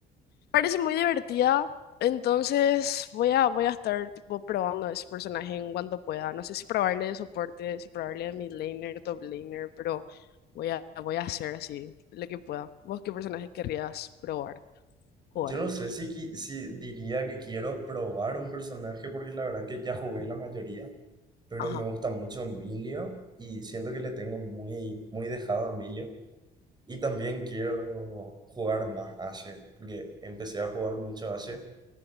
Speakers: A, on the left (about 70°); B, on the right (about 25°).
A: Parece muy divertida, entonces voy a, voy a estar tipo probando a ese personaje en cuanto pueda. No sé si probarle de soporte, si probarle de mid laner, top laner, pero voy a, voy a hacer así lo que pueda. ¿Vos qué personaje querrías probar, jugar?
B: Yo no sé si, qui- si diría que quiero probar un personaje porque la verdad que ya jugué la mayoría, pero
A: Ajá,
B: me gusta mucho Emilio y siento que le tengo muy, muy dejado a Emilio. Y también quiero jugar más Ashe, porque empecé a jugar mucho Ashe,